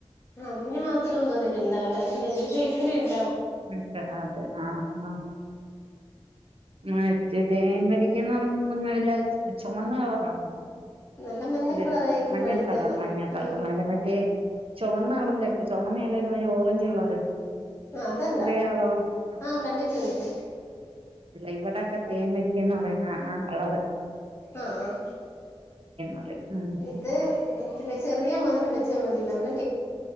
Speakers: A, on the left; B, on the right.
A: അതിന് മാത്രം ഒന്നും അതിലുണ്ടാവില്ലാ അത് ഞങ്ങക്ക് കഴിക്കാനെ ഉ
B: <unintelligible> അതെ ആഹ്‌. ആ മറ്റെ തേൻ വരിക്കെന്ന് പറയുമ്പം നല്ലേ ചുമന്ന കളറാണോ?
A: നല്ല മഞ്ഞ
B: അല്ലല്ല
A: കളറയിരിക്കും
B: മഞ്ഞ
A: പഴുത്താല്
B: കളറ് മഞ്ഞ
A: ഉം.
B: കളറ് അല്ല മറ്റേ ചുവന്ന കളറ് ചക്ക ചുമന്ന അല്ല ഒരുമാതിരി ഓറഞ്ച് കളറ്.
A: അതല്ല
B: അറിയാവോ
A: ആഹ് കണ്ടിട്ടുണ്ട്.
B: ഇവിടെക്കെ തേൻ വരിക്കേന്ന് പറയുന്ന ആ കളറ്.
A: ആഹ് ആഹ്
B: പറയും ഉം
A: ഇത് പിന്നെ ചെറിയ മധുരം വെച്ചാൽ മതി നല്ലേ